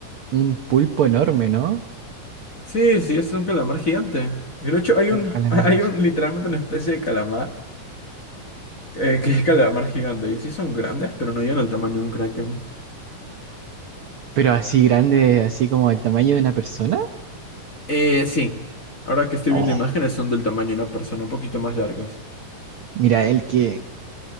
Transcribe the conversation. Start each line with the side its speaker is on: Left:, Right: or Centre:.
Right: un pulpo enorme, ¿no?
Left: Sí, sí, es un calamar gigante. Y De hecho, hay un,
Right: Un calamar.
Left: <laughs> hay un, literalmente una especie de calamar, eh, que es calamar gigante. Y sí son grandes, pero no llegan al tamaño de un Kraken.
Right: Pero así grande, así como el tamaño de una persona.
Left: Eh, sí. Ahora que estoy
Right: Oh,
Left: viendo imágenes, son del tamaño de una persona, un poquito más largos.
Right: mira, el que,